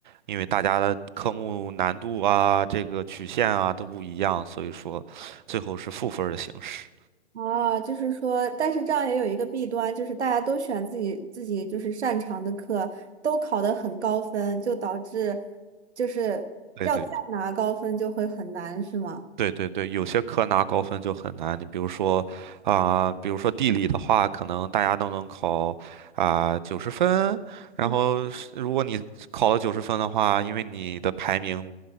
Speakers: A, on the right; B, on the right.
A: 因为大家的科目难度啊、这个曲线啊都不一样，所以说最后是赋分儿的形式。
B: 啊，就是说，但是这样也有一个弊端，就是大家都选自己自己就是擅长的课，都考得很高分，就导致就是要再拿高分就会很难，
A: 对对
B: 是吗？
A: 对对对，有些科拿高分就很难。你比如说啊、比如说地理的话，可能大家都能考啊九十分，然后是如果你考了九十分的话，
B: 嗯。
A: 因为你的排名